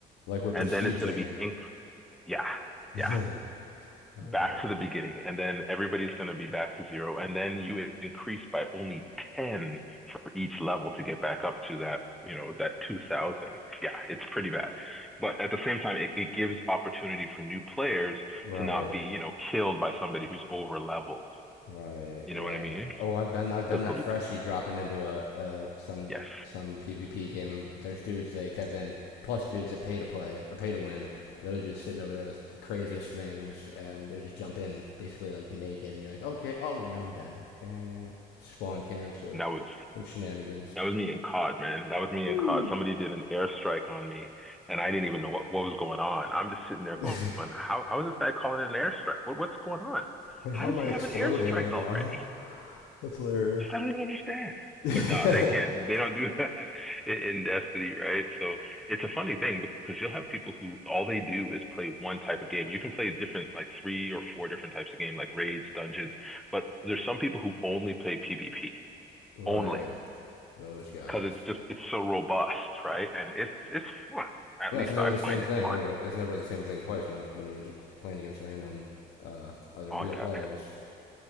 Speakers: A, on the left; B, in the centre.
A: Like we're prestiging.
B: and then it's going to be inc- yeah, yeah
A: <laughs> oh,
B: back
A: that old
B: to
A: bit.
B: the beginning, and then everybody's going to be back to zero, and then you increase by only 10 for each level to get back up to that, you know, that 2000. Yeah, it's pretty bad. But at the same time, it, it gives opportunity for new players
A: Right.
B: to not be, you know, killed by somebody who's over leveled.
A: Right,
B: You
A: yeah.
B: know what I mean?
A: Oh, I've been I've been
B: That's
A: that
B: the,
A: freshie dropping into a, a some
B: yes.
A: some PvP game and there's dudes like that have been plus dudes that pay to play or pay to win. Those dudes sitting over there with the craziest things and they just jump in basically like naked and you're like, "Okay, oh no, I'm dead." Dang it. Spawn camps or
B: That was
A: some shenanigans.
B: That was me in COD, man. That was me
A: Woo.
B: in COD. Somebody did an airstrike on me, and I didn't even know what, what was going on. I'm just sitting there going,
A: <laughs>
B: how, how is this guy calling it an airstrike? What, what's going on?
A: And
B: How
A: How
B: does
A: am I
B: he
A: exploding
B: have an airstrike
A: right
B: already?
A: now? <laughs> That's hilarious.
B: Just I don't even understand.
A: <laughs>
B: But no, they can't. They don't do <laughs> that in, Destiny, right? So it's a funny thing because you'll have people who all they do is play one type of game. You can play different, like three or four different types of game, like raids, dungeons. But there's some people who only play PvP,
A: Right.
B: only
A: Those guys.
B: because it's just it's so robust, right? And it's it's fun. At
A: No,
B: least
A: it's never
B: I
A: the same
B: find
A: thing
B: it fun.
A: over. It's never the same thing twice when when you're playing against random uh, other
B: Oh
A: real
B: yeah,
A: players.